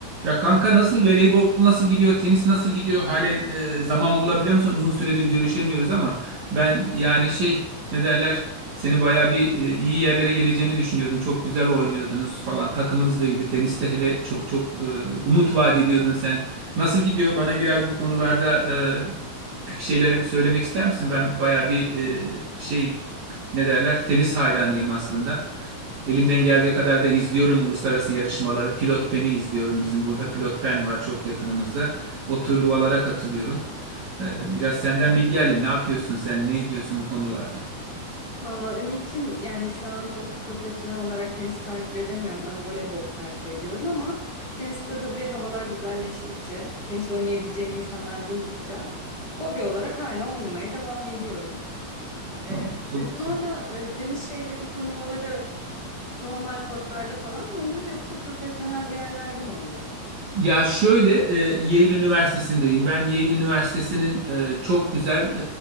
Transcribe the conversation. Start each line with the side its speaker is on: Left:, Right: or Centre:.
Right: Ya kanka nasıl voleybol nasıl gidiyor tenis nasıl gidiyor halen e, zaman bulabiliyor musun uzun süredir görüşemiyoruz ama ben yani şey ne derler seni baya bir e, iyi yerlere geleceğini düşünüyordum çok güzel oynuyordunuz falan takımınız da iyiydi teniste hele çok çok e, umut vaat ediyordun sen nasıl gidiyor bana biraz bu konularda e, bir şeyler söylemek ister misin? Ben bayağı bir e, şeyim. Ne derler? Tenis hayranıyım aslında. Elimden geldiği kadar da izliyorum uluslararası yarışmaları. Pilot Pen'i izliyorum. Bizim burada Pilot Pen var çok yakınımızda. O turnuvalara katılıyorum. E, biraz senden bilgi alayım. Ne yapıyorsun sen? Ne ediyorsun bu konularda?
Left: Valla Ümit'ciğim yani şu an çok profesyonel olarak tenis takip edemiyorum. Daha voleybol takip ediyorum ama teniste tabii havalar güzelleştikçe, tenis oynayabileceğim insanlar buldukça hobi olarak hala oynamaya devam ediyorum. Ee,
Right: Aa,
Left: sizin
Right: Çok güzel.
Left: orada e, tenis şeyleri, turnuvaları normal kortlarda falan mı oluyor yoksa profesyonel bir yerlerde mi oluyor?
Right: Ya şöyle e, Yale Üniversitesi'ndeyim. Ben Yale Üniversitesi'nin e, çok güzel